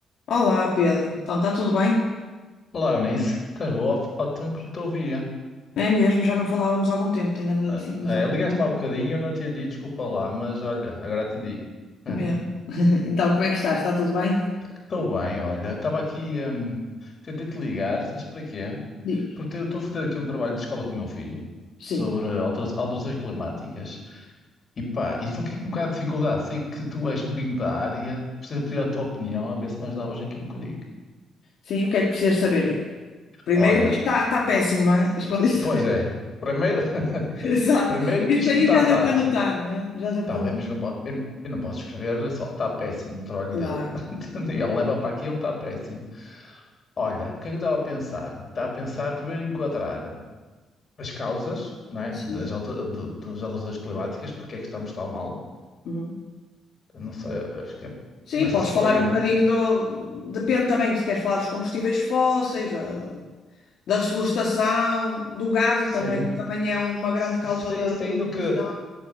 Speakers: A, on the left; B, on the left.
A: Olá, Pedro. Então, está tudo bem?
B: Olá, Eunice. Estás boa? Há há tempo que não te ouvia.
A: É mesmo, já não falávamos há algum tempo, tenho andado
B: Ah,
A: assim mais
B: É,
A: ocupada.
B: ligaste-me há bocadinho, eu não atendi, desculpa lá, mas olha, agora atendi. <laughs> Uhum.
A: Mesmo. <laughs> Então, como é que estás? Está tudo bem?
B: Estou bem, olha. Estava aqui, hum, tentei-te ligar, sabes para quê?
A: Diz.
B: Porque eu estou a fazer aqui um trabalho de escola com o meu filho
A: Sim.
B: sobre altera- alterações climáticas. E pá, e estou aqui com um bocado de dificuldade. Sei que tu és um bocadinho da área, gostaria de pedir a tua opinião, a ver se me ajudavas aqui um bocadinho.
A: Sim, o que é que precisas saber? Primeiro
B: Olha,
A: que está, está péssimo, não é? As condições.
B: pois é. Primeiro, <laughs>
A: <laughs> Exato.
B: primeiro
A: Isso
B: que isto
A: aí
B: não está
A: já
B: fácil.
A: deu para notar, não é? Já deu
B: Tá
A: para
B: bem,
A: notar.
B: mas eu não, po- eu, eu não posso escrever só. Está péssimo o trabalho
A: Claro.
B: dele. <laughs> E Ele leva para aquilo, está péssimo. Olha, o que é que eu estava a pensar? Estava a pensar primeiro em enquadrar as causas, não é?
A: Sim.
B: Das, alter- do- das alterações climáticas, porque é que estamos tão mal?
A: Uhum.
B: Eu Não sei, acho que é-
A: Sim,
B: começa-se
A: podes
B: por
A: falar
B: aí,
A: um
B: não?
A: bocadinho do. Depende também se queres falar dos combustíveis fósseis, ah, da desflorestação,
B: S-
A: do gado
B: Sendo,
A: também, que também
B: que-
A: é uma grande
B: se-
A: causa
B: sem-
A: da
B: sendo
A: da poluição.
B: que,